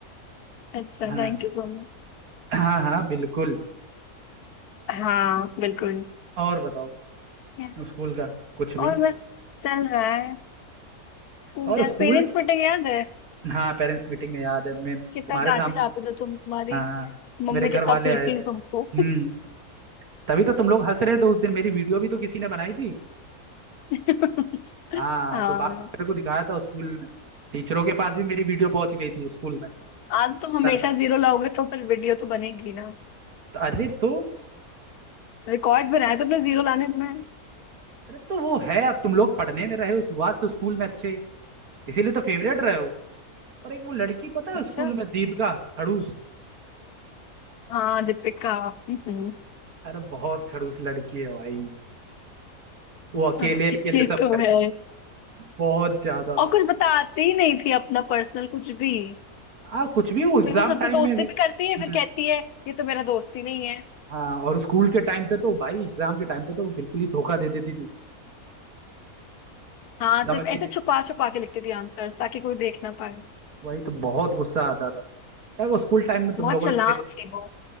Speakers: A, on the left; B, on the right.
A: अच्छा
B: हाँ
A: थैंक यू सो मच
B: हाँ हाँ बिल्कुल
A: हाँ बिल्कुल
B: और बताओ
A: Yeah.
B: स्कूल का कुछ भी
A: और बस चल रहा है स्कूल
B: और
A: यार
B: स्कूल
A: पेरेंट्स मीटिंग याद है
B: हाँ पेरेंट्स मीटिंग में याद है मैं
A: कितना
B: तुम्हारे
A: डांटे
B: सामने
A: जाते थे तुम तुम्हारी
B: हाँ
A: मम्मी
B: मेरे घर
A: कितना
B: वाले
A: पीटती
B: आए थे
A: थी
B: हम्म
A: तुमको
B: तभी तो तुम लोग हंस रहे थे उस दिन मेरी वीडियो भी तो किसी ने बनाई थी
A: <laughs>
B: हाँ
A: हाँ
B: तो बाप मेरे को दिखाया था स्कूल में टीचरों के पास भी मेरी वीडियो पहुंच गई थी स्कूल में
A: आज तुम हमेशा
B: त-
A: जीरो लाओगे तो फिर वीडियो तो बनेगी ना
B: त- अरे तो
A: रिकॉर्ड बनाया तुमने जीरो लाने में
B: अरे तो वो है अब तुम लोग पढ़ने में रहे हो शुरुआत से स्कूल में अच्छे इसीलिए तो फेवरेट रहे हो पर एक वो लड़की पता
A: अच्छा
B: है स्कूल में दीपिका खड़ूस
A: हाँ दीपिका हम्म,
B: अरे बहुत खड़ूस लड़की है भाई वो अकेले
A: हाँ,
B: अकेले
A: ये
B: सब
A: तो
B: कर
A: है
B: देती बहुत ज्यादा
A: और कुछ बताती ही नहीं थी अपना पर्सनल कुछ भी
B: हाँ कुछ भी वो एग्जाम
A: फिर वो सबसे
B: टाइम
A: दोस्ती
B: में भी
A: भी करती है
B: हम्म
A: फिर कहती है ये तो मेरा दोस्त ही नहीं है
B: हाँ और स्कूल के टाइम पे तो भाई एग्जाम के टाइम पे तो वो बिल्कुल ही धोखा दे देती थी
A: हाँ सिर्फ
B: समझती
A: ऐसे
B: नहीं
A: छुपा छुपा के लिखती थी आंसर्स ताकि कोई देख ना पाए
B: वही तो बहुत गुस्सा आता था यार वो स्कूल टाइम में तुम
A: बहुत
B: लोगों
A: चालाक
B: ने मेरी
A: थी वो